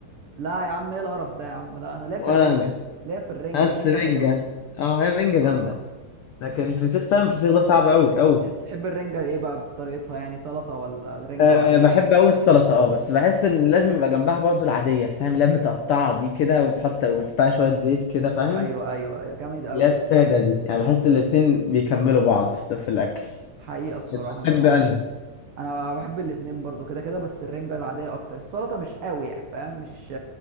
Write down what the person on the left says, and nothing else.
ولا
انا
بس
رنجه
اه هي رنجه
جامده لكن الفسيخ فاهم الفسيخ ده صعب قوي قوي
أه
بحب قوي السلطه اه بس بحس ان لازم يبقى جنبها برضه العاديه فاهم اللي هي متقطعه دي كده وتحط ونحطها شويه زيت كده فاهم
اللي هي الساده دي يعني بحس الاتنين بيكملوا بعض في في الاكل
بتحب
انهي